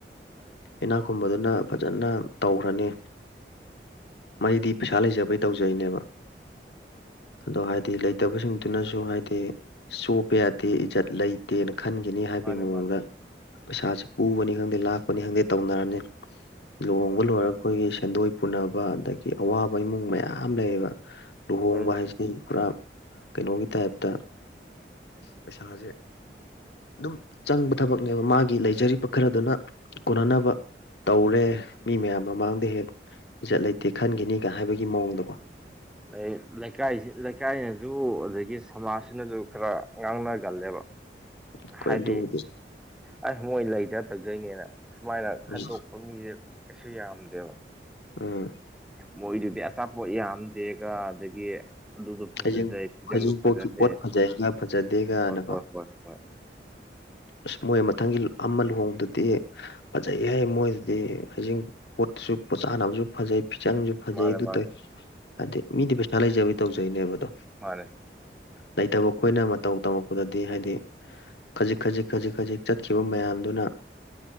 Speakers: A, in the centre; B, on the left (about 75°).
A: ꯎꯝ
B: ꯏꯅꯥꯛ ꯈꯨꯨꯟꯕꯗꯨꯅ ꯐꯖꯅ ꯇꯧꯈ꯭ꯔꯅꯤ ꯃꯣꯢꯗꯤ ꯄꯩꯁꯥ ꯂꯩꯖꯕꯩ ꯇꯧꯖꯩꯅꯦꯕ ꯑꯗꯣ ꯍꯥꯏꯗꯤ ꯂꯩꯇꯕꯁꯤꯡꯗꯨꯅꯁꯨ ꯍꯥꯏꯗꯤ ꯆꯣꯞꯄ ꯌꯥꯗꯦ ꯏꯖꯠ ꯂꯩ ꯀꯦꯅ ꯈꯟꯒꯤꯅꯤ ꯍꯥꯏꯕꯒꯤ
A: ꯃꯥꯅꯦ
B: ꯃꯑꯣꯡꯗ
A: ꯃꯥꯅꯦ
B: ꯄꯩꯁꯥꯥꯁꯦ ꯄꯨꯕꯅꯤ ꯈꯪꯗꯦ ꯂꯥꯛꯄꯅꯤ ꯈꯪꯗꯦ ꯇꯧꯅꯔꯅꯤ ꯂꯨꯍꯣꯡꯕ
A: ꯎꯝ
B: ꯂꯣꯏꯔꯒ ꯑꯩꯈꯣꯏꯒꯤ ꯁꯦꯟꯗꯣꯏ ꯄꯨꯅꯕ ꯑꯗꯒꯤ ꯑꯋꯥꯕ ꯏꯃꯨꯡ ꯃꯌꯥꯝ ꯂꯩꯌꯦꯕ ꯂꯨꯍꯣꯡꯕ
A: ꯂꯩ ꯂꯩ
B: ꯍꯥꯏꯁꯤ ꯑꯩ ꯄꯨꯔꯥ ꯀꯩꯅꯣꯒꯤ ꯇꯥꯏꯞꯇ ꯄꯩꯁꯥꯖꯦ ꯑꯗꯨꯝ ꯆꯪꯕ ꯊꯕꯛꯅꯦꯕ ꯃꯥꯒꯤ ꯂꯩꯖꯔꯤꯕ ꯈꯔꯗꯨꯅ ꯀꯣꯟꯅꯅꯕ ꯇꯧꯔꯦ ꯃꯤ ꯃꯌꯥꯝ ꯃꯃꯥꯡꯗ ꯍꯦꯛ ꯏꯖꯠ ꯂꯩꯇꯦ ꯈꯟꯒꯤꯅꯤꯒ ꯍꯥꯏꯕꯒꯤ ꯃꯑꯣꯡꯗꯀꯣ
A: ꯑꯗꯩ ꯂꯩꯀꯥꯏꯁꯤ ꯂꯩꯀꯥꯏꯅꯁꯨ ꯑꯗꯒꯤ ꯁꯃꯥꯖꯁꯤꯅꯁꯨ ꯈꯔ ꯉꯥꯡꯅꯒꯜꯂꯦꯕ
B: ꯑꯩꯈꯣꯏ
A: ꯍꯥꯏꯗꯤ
B: ꯑꯗꯨꯕꯨꯗꯤ
A: ꯑꯩ ꯃꯣꯏ ꯂꯩꯗ ꯇꯧꯖꯩꯅꯦ ꯁꯨꯃꯥꯏꯅ ꯈꯟꯗꯣꯛꯄ
B: ꯎꯝ
A: ꯃꯤꯖꯦ ꯀꯩꯁꯨ ꯌꯥꯝꯗꯦꯕ
B: ꯎꯝ꯫
A: ꯃꯣꯏꯗꯨꯗꯤ ꯑꯆꯥꯄꯣꯠ ꯌꯥꯝꯗꯦꯒ ꯑꯗꯒꯤ ꯑꯗꯨꯗꯣ ꯐꯖꯗꯦ
B: ꯍꯩꯖꯤꯡ
A: ꯐꯤꯖꯪꯗꯣ
B: ꯍꯩꯖꯤꯡꯄꯣꯠꯀꯤ
A: ꯐꯖꯗꯦ
B: ꯄꯣꯠ ꯐꯖꯩꯒ ꯐꯖꯗꯦꯒꯅꯀꯣ
A: ꯍꯣꯏ ꯍꯣꯏ ꯍꯣꯏ ꯍꯣꯏ
B: ꯑꯁ ꯃꯣꯏ ꯃꯊꯪꯒꯤ ꯑꯃ ꯂꯨꯍꯣꯡꯕꯗꯨꯗꯤ ꯐꯖꯩ ꯍꯦ ꯃꯣꯏꯗꯨꯗꯤ ꯍꯩꯖꯤꯡ ꯄꯣꯠꯁꯨ ꯆꯥꯅꯕꯁꯨ ꯐꯖꯩ ꯐꯤꯆꯪꯁꯨ ꯐꯖꯩ
A: ꯃꯥꯅꯦ
B: ꯑꯗꯨ
A: ꯃꯥꯅꯦ
B: ꯇꯧꯏ ꯍꯥꯏꯗꯤ ꯃꯤꯗꯤ ꯄꯩꯁꯥ ꯂꯩꯖꯕꯩ ꯇꯧꯖꯩꯅꯦꯕꯗꯣ
A: ꯃꯥꯅꯦ
B: ꯂꯩꯇꯕ ꯑꯩꯈꯣꯏꯅ ꯃꯇꯧ ꯇꯝꯃꯛꯄꯗꯥꯗꯤ ꯍꯥꯏꯗꯤ ꯈꯖꯤꯛ ꯈꯖꯤꯛ ꯈꯖꯤꯛ ꯈꯖꯤꯛ ꯆꯠꯈꯤꯕ ꯃꯌꯥꯝꯗꯨꯅ